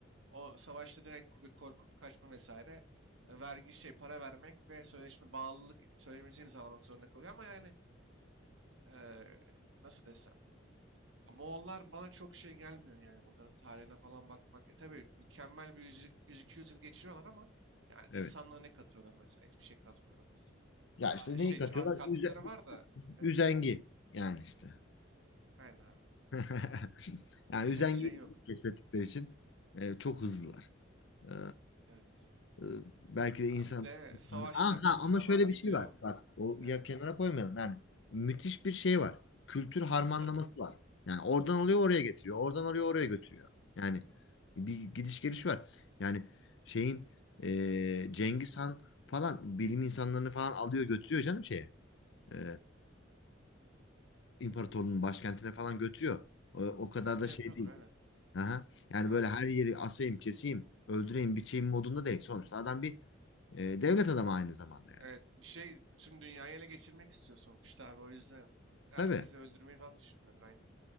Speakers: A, on the right; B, on the left.
A: O savaşta direkt bir korkup kaçma vesaire. e, vergi şey para vermek ve sözleşme bağlılık sözleşmesi imzalamak zorunda kalıyor. Ama yani e, nasıl desem. Moğollar bana çok şey gelmiyor yani. Bunların tarihine falan bakmak. E, tabii mükemmel bir 100-200 yıl geçiriyorlar ama yani
B: Evet.
A: insanlığa ne katıyorlar mesela? Hiçbir şey katmıyorlar aslında.
B: Ya
A: Aa,
B: işte neyi
A: şey
B: katıyorlar?
A: a- kattıkları
B: Üze-
A: var da evet
B: üzengi yani işte.
A: aynen
B: <laughs> Yani üzengiyi
A: abi. <laughs> şey yok.
B: keşfettikleri için e, çok hızlılar. E,
A: Evet.
B: e, belki
A: Aa,
B: de insan...
A: Bir de savaş
B: Aha,
A: taktikleri.
B: ama
A: Adam
B: şöyle bir
A: gidiyor.
B: şey var. Bak o
A: Evet.
B: ya kenara koymayalım. Yani müthiş bir şey var. Kültür harmanlaması
A: Stres.
B: var. Yani oradan alıyor
A: Evet.
B: oraya getiriyor. Oradan alıyor oraya götürüyor. Yani bir gidiş geliş var. Yani şeyin e, Cengiz Han falan bilim insanlarını falan alıyor götürüyor canım şeye. e, imparatorluğun başkentine falan götürüyor. O, o kadar
A: E, onu
B: da
A: yapıyordur
B: şey değil.
A: evet.
B: Aha. Yani
A: Ya
B: böyle her yeri asayım, keseyim, öldüreyim, biçeyim modunda değil. Sonuçta adam bir e, devlet adamı aynı zamanda yani.
A: evet bir şey tüm dünyayı ele geçirmek istiyor sonuçta abi. O yüzden herkesi
B: Tabii
A: öldürmeyi falan düşünmüyordur aynen.